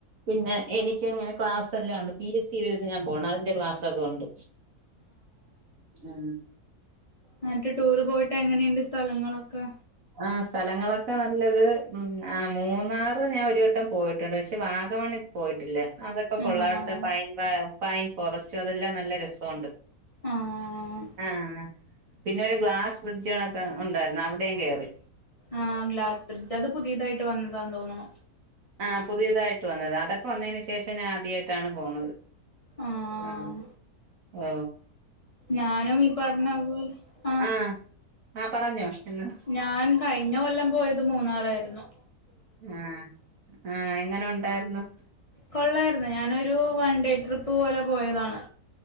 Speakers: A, on the right; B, on the left.
A: പിന്നെ എനിക്ക് ഇങ്ങനെ ക്ലാസ്സ്‌ എല്ലാ ഒണ്ട്, പി എസ് സിൽ ഇരുന്ന് ഞാൻ പോണം അതിന്റെ ക്ലാസ്സൊക്കെ ഒണ്ട്. ആ
B: ന്നിട്ട് ടൂർ പോയിട്ട് എങ്ങനെയുണ്ട്, സ് സ്ഥലങ്ങളൊക്കെ
A: ആ സ്ഥലങ്ങളൊക്കെ നല്ലത്, മൂന്നാറ് ഞാൻ ഒരു വട്ടം പോയിട്ടുണ്ട്, പക്ഷേ വാഗമണിൽ പോയിട്ടില്ല. അതൊക്കെ
B: ആഹ്
A: കൊള്ളാം, അവിടുത്തെ പൈൻ <unintelligible> പൈൻ ഫോറസ്റ്റ് അതെല്ലാം നല്ല രസോണ്ട്
B: ആഹ്
A: ആ പിന്നെ ഒരു ഗ്ലാസ് ബ്രിഡ്ജണൊക്കെ ഉണ്ടായിരുന്നു, അവിടെയും കേറി.
B: ആ ഗ്ലാസ് ബ്രിഡ്ജ്, അത് പുതിതായിട്ട് വന്നതാന്ന് തോന്നണു.
A: ആ പുതിയതായിട്ട് വന്നത്, അതൊക്കെ വന്നതിന് ശേഷം ഞാൻ ആദ്യായിട്ടാണ് പോണത്.
B: ആഹ്
A: ആ ആ
B: ഞാനും ഈ പറഞ്ഞ പോലെ ആ
A: ആഹ് ആ പറഞ്ഞോ. എന്ന്
B: ഞാൻ കഴിഞ്ഞ കൊല്ലം പോയത് മൂന്നാറായി രുന്നു
A: ആ ആ എങ്ങനെ ഒണ്ടായിര് <unintelligible>
B: കൊള്ളായിരുന്നു, ഞാനൊരു വൺ ഡേ ട്രിപ്പ് പോലെ പോയതാണ്.